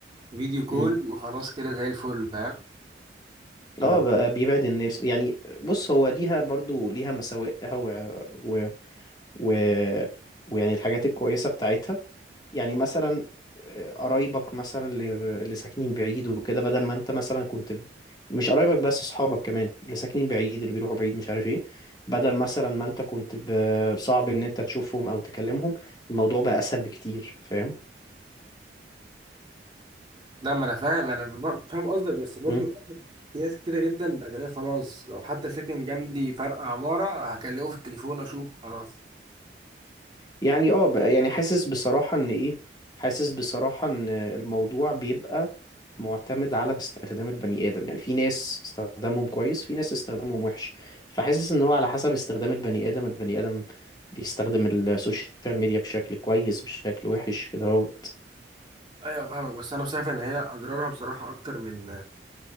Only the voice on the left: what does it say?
مم.
اه بقى بيبعد الناس يعني بص هو ليها برضو ليها مساوئها و... و... و... ويعني الحاجات الكويسة بتاعتها يعني مثلا آه، قرايبك مثلا اللي اللي ساكنين بعيد وكده بدل ما انت مثلا كنت ب- مش قرايبك بس اصحابك كمان اللي ساكنين بعيد اللي بيروحوا بعيد مش عارف ايه بدل مثلا ما انت كنت ب- صعب ان انت تشوفهم او تكلمهم الموضوع بقى اسهل بكتير فاهم
مم.
يعني اه بقى يعني حاسس بصراحة ان ايه حاسس بصراحة ان الموضوع بيبقى معتمد على استخدام البني آدم يعني في ناس استخدامهم كويس في ناس استخدامهم وحش فحاسس ان هو على حسب استخدام البني آدم البني آدم بيستخدم السوشيال ميديا بشكل كويس بشكل وحش كده اهوت